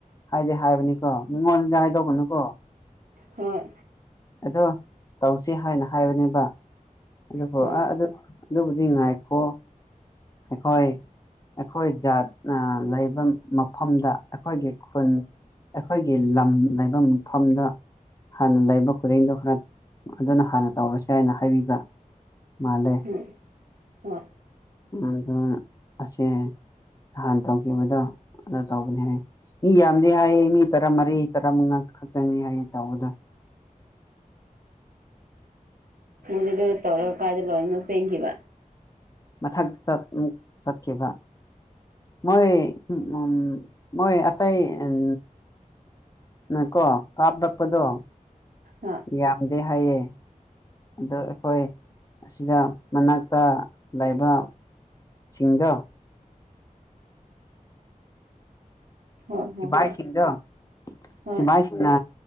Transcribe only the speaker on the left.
ꯍꯥꯏꯗꯤ ꯍꯥꯏꯕꯅꯤꯀꯣ ꯃꯤꯉꯣꯟꯗꯤ ꯍꯥꯏꯗꯣꯛꯒꯅꯨꯀꯣ
ꯑꯗꯣ ꯇꯧꯁꯤ ꯍꯥꯏꯅ ꯍꯥꯏꯕꯅꯦꯕ ꯑꯗꯨꯕꯨ
ꯑ ꯑꯗꯨ ꯑꯗꯨꯕꯨꯗꯤ ꯉꯥꯏꯈꯣ ꯑꯩꯈꯣꯏ ꯑꯩꯈꯣꯏ ꯖꯥꯠꯅ ꯂꯩꯕ ꯃ ꯃꯐꯝꯗ ꯑꯩꯈꯣꯏꯒꯤ ꯈꯨꯟ ꯑꯩꯈꯣꯏꯒꯤ ꯂꯝ ꯂꯩꯕ ꯃꯐꯝꯗ ꯍꯥꯟꯅ ꯂꯩꯕ ꯈꯨꯗꯤꯡꯗꯣ ꯈꯔ ꯑꯗꯨꯅ ꯍꯥꯟꯅ ꯇꯧꯔꯁꯦ ꯍꯥꯏꯅ ꯍꯥꯏꯕꯤꯕ ꯃꯥꯂꯦ
ꯑꯗꯨ ꯑꯁꯦ ꯅꯍꯥꯟ ꯇꯧꯈꯤꯕꯗꯣ ꯑꯗꯨ ꯇꯧꯕꯅꯦ ꯍꯥꯏ ꯃꯤ ꯌꯥꯝꯗꯦ ꯍꯥꯏꯌꯦ ꯃꯤ ꯇꯔꯥꯃꯔꯤ ꯇꯔꯥꯃꯉꯥ ꯈꯛꯇꯅꯤ ꯍꯥꯏꯌꯦ ꯇꯧꯕꯗ <inaudible>
ꯃꯊꯛꯇ ꯑꯃꯨꯛ ꯆꯠꯈꯤꯕ ꯃꯣꯏ ꯎꯝ ꯃꯣꯏ ꯑꯇꯩ ꯎꯝ ꯅꯀꯣ ꯀꯥꯞꯔꯛꯄꯗꯣ
ꯌꯥꯝꯗꯦ ꯍꯥꯏꯌꯦ ꯑꯗꯣ ꯑꯩꯈꯣꯏ ꯑꯁꯤꯗ ꯃꯅꯥꯛꯇ ꯂꯩꯕ ꯁꯤꯡꯗꯣ
ꯁꯤꯚꯥꯏꯁꯤꯡꯗꯣ
ꯁꯤꯚꯏꯁꯤꯡꯅ